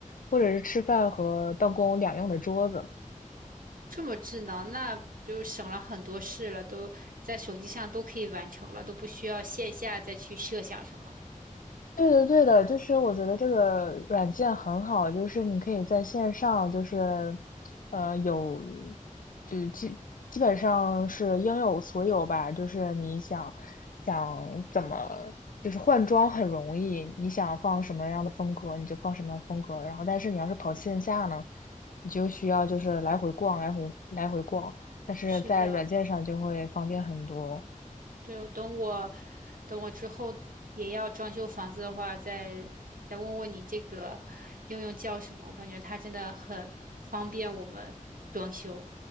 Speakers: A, on the left; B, on the right.
A: 或者是吃饭和办公两用的桌子。
B: 这么智能，那不就省了很多事了，都在手机上都可以完成了，都不需要线下再去设想什么。
A: 对的，对的，就是我觉得这个软件很好，就是你可以在线上，就是呃有，就基基本上是应有所有吧，就是你想想怎么，就是换装很容易，你想放什么样的风格你就放什么样的风格，然后但是你要是跑线下呢，你就需要就是来回逛，来回来回逛，但是在软件上就会方便很多。
B: 是的。对，等我等我之后也要装修房子的话，再再问问你这个应用叫什么？我感觉它真的很方便我们装修。